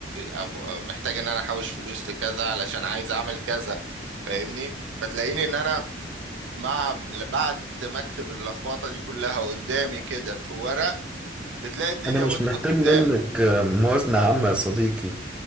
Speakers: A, on the right; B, in the centre.
A: او آه، محتاج ان انا احوش فلوس لكذا علشان عايز اعمل كذا فاهمني فتلاقيني ان انا مع بعد ما اكتب اللخبطه دي كلها قدامي كده في ورق بتلاقي الدنيا
B: أنا
A: وضحت
B: مش محتاج
A: قدامي
B: منك آه، موازنة عامة يا صديقي